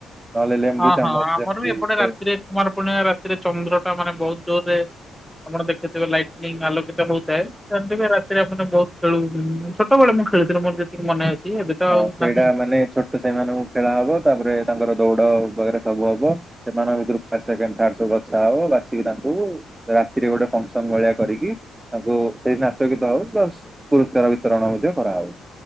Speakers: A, on the right; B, in the centre.
A: ନହେଲେ ଲେମ୍ବୁ
B: ହଁ
A: ଚାମଚ
B: ହଁ ଆମର
A: ଯେମିତି
B: ବି ଏପଟେ
A: ସେ
B: ରାତିରେ କୁମାର ପୂର୍ଣିମା ରାତିରେ ଚନ୍ଦ୍ର ଟା ମାନେ ବହୁତ ଜୋରେ ଆପଣ ଦେଖିଥିବେ ଲାଇଟି ଲି ଆଲୋକଚା ବହୁ ଥାଏ ସେ ରାତିରେ ବହୁତ ଖେଳୁ ଛୋଟବେଳେ ମୁ ଖେଳଥିଲି ଯେତିକି ମନେ ଅଛି ଏବେ ତ
A: ହଁ
B: ଆଉ
A: ସେଇଟା
B: ନାହିଁ।
A: ମାନେ ଛୋଟ ସେଇମାନଙ୍କୁ ଖେଳା ହବ ତାପରେ ତାଙ୍କର ଦୌଡ ସବୁ ହବ ସେମାନଙ୍କ ଭିତରୁ ଫାର୍ଷ୍ଟ ସେକେଣ୍ଡ ଥିର୍ଡ ସବୁହବ ବାଛିିକି ତାଙ୍କୁ ରାତିରେ ଗୋଟେ ଫ୍ୟୁକ୍ସନ ଭଳିଆ କରିକି ତାଙ୍କୁ ସେଇ ନାଚ ଗୀତ ହଉ ବା ସ ପୁରସ୍କାର ବିତରଣ ମଧ୍ୟ କରାହବ